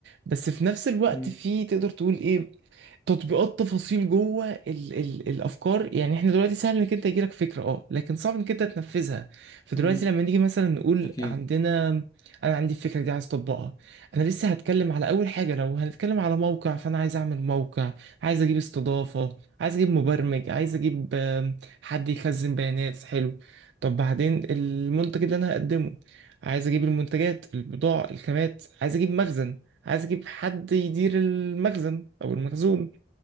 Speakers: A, on the right; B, on the left.
A: بس في نفس الوقت
B: مم،
A: في تقدر تقول ايه تطبيقات تفاصيل جوه ال ال الافكار يعني احنا دلوقتي سهل انك انت يجيلك فكره اه لكن صعب انك انت تنفذها فدلوقتي
B: مم،
A: لما نيجي مثلا نقول
B: اكيد
A: عندنا انا عندي الفكره دي عايز اطبقها انا لسه هتكلم على اول حاجه لو هنتكلم على موقع فانا عايز اعمل موقع عايز اجيب استضافه عايز اجيب مبرمج عايز اجيب آم، حد يخزن بيانات حلو طب بعدين المنتج اللي انا هقدمه عايز اجيب المنتجات البضاعه الخامات عايز اجيب مخزن عايز اجيب حد يدير المخزن او المخزون